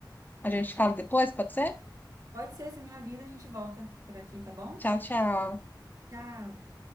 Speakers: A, on the left; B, on the right.
A: A gente fala depois, pode ser?
B: Pode ser, você me avisa, a gente volta por aqui, tá bom?
A: Tchau, tchau.
B: Tchau.